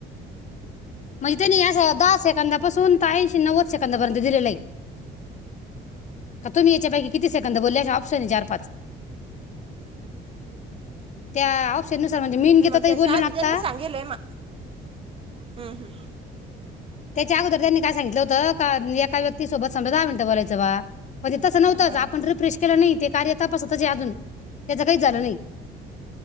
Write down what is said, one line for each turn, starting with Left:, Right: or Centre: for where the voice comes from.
Left: म्हयतनी या स दहा सेकंदापासून ते ऐंशी नव्वद सेकंदपर्यंत दिलेलं आहे का तुम्ही याच्या पैकी किती सेकंद बोलल्या ऑफ <inaudible> पाच त्या शेनुसार म्हणजे मी णि गीताताई
Right: मग त्याच्या
Left: बोललो
Right: आधी
Left: ना आत्ता
Right: त्यांनी सांगेल आहे मा हम्म हम्म
Left: त्याच्या अगोदर त्यांनी काय सांगितलं होतं का एका व्यक्ती सोबत समजा दहा मिनटं बोलायचं बा म्हणज तसं नव्हतंच
Right: हा हा
Left: आपण रिफ्रेश केलं नाही ते कार्य तपासतच अजून त्याच काही झालं नाही